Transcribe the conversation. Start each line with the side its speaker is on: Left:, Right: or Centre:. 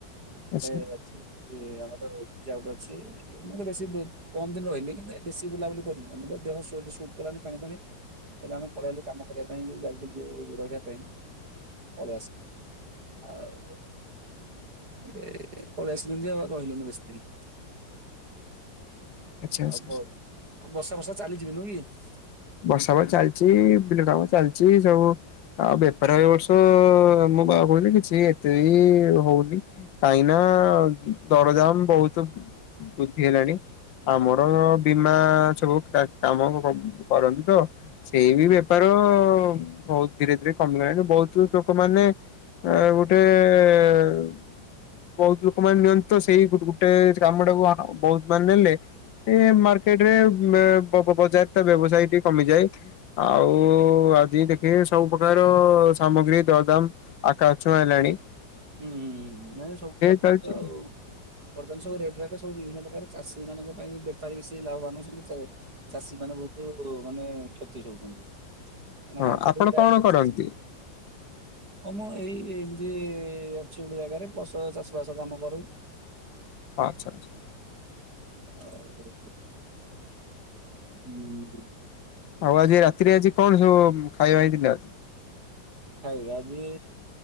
Right: ଗୋଟେ
Left: ଆଚ୍ଛା
Right: ଅଛି ଆମର ଗୀରର୍ଜା ଗୋଟେ ଅଛି ମତେ ବେଶୀ କମ ଦିନ ରହିଲି କିନ୍ତୁ ବେଶୀ ବୁଲାବୁଲି କରିନି ଆମର ଦେହ ସୁଇଟ ସୁଟ କଲାନି ପାଣି ଫାଣୀ ସେଇଠୁ ଆମେ ପଳେଇ ଆଲୁ କାମ କରିବା ପାଇଁ ଯଉ ଯାଇଥିଲୁ ଯଉ ରହିବା ପାଇଁ ପଳିଆସିଲୁ ଆଉ <inaudible> ପଳେଇ ଆସିଲୁନି ଯେ ଆଉ ଆଉ ରହିଲୁନି ବେଶୀ ଦିନ
Left: ଆଚ୍ଛା
Right: ଆଉ
Left: ଆଚ୍ଛା।
Right: ବ ବର୍ଷା ଫର୍ଷା ଚାଲିଚିବି ନୁହଁ କି
Left: ବର୍ଷା ଵା ଚାଲିଛି ବିଲ କାମ ଚାଲିଛି ସବୁ ଆଉ ବେପାର ଏ ବର୍ଷ ମୋ ବାହୋଉଲି କିଛି ଏତେ ବି ହଉନି କାହିଁ ନା ଦରଦାମ ବହୁତ ଵୃଦ୍ଧି ହେଲାଣି ଆମର ବୀମା ସବୁ କା କାମ <inaudible> କରନ୍ତିୁ ତ ସେଇ
Right: ହୁଁ
Left: ବି ବେପାର ବହୁତ ଧୀରେ ଧୀରେ କମିଗଲାଣି ବହୁତ ଲୋକମାନେ ଆ ଗୋଟେଏ ବହୁତ ଲୋକମାନୋନେ ନିଅନ୍ତି ତ ସେଇ ଗୋ ଗୋଟେ କାମ ଟାକୁ ବହୁତ ମାନେ ନେଲେ ଏ ମାର୍କେଟ ରେ ମେ ବ ବଜାର ତ ବ୍ୟବସାୟ ଟିକେ କମିଯାଏ ଆଉ ଆଜି ଦେଖିବେ ସବୁ ପ୍ରକାର ସାମଗ୍ରୀ ଦରଦାମ ଆକା ଛୁଆଁଏଲାଣି
Right: ହୁଁ ହୁଁ ନାଇଁ ସବୁ କରିଥାନ୍ତ
Left: ଚାଲିଛି
Right: ଆଉ ବର୍ତ୍ତମାନ ସବୁ ରେଟ ରାଟ ସବୁ ବିଭିନ୍ନ ପ୍ରକାର ଚାଷୀ ମାନଙ୍କ ପାଇଁ ବେପାରୀ ବେଶି ଲାଭବାନ ହଉଛନ୍ତି। ଚାଷୀ ମାନେ ବହୁତ ମାନେ କ୍ଷତି ସହୁଛନ୍ତି
Left: ହଁ
Right: ମାର୍କେଟ
Left: ଆପଣ
Right: ବି ତାଠୁ
Left: କଣ
Right: ଉଚା
Left: କରନ୍ତି?
Right: ହ ମୁଁ ଏଇ ଏମତି ଅଛି ଗୋଟେ ଜାଗାରେ ଫସଲ ଚାଷ ବାସ କାମ କରୁ।
Left: ଆଚ୍ଛା ଚ୍ଛା।
Right: ଆଉ ହୁଁ।
Left: ଆଉ ଆଜି ରାତିରେ ଆଜି କଣ ସବୁ ଖାଇବା ହେଇଥିଲା?
Right: ଖାଇବା ଯେ